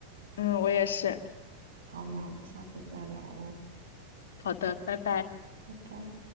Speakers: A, on the left; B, on the right.
A: 嗯，我也是。
B: 好，那我们下次再聊喽，
A: 好的，拜拜。
B: 拜拜。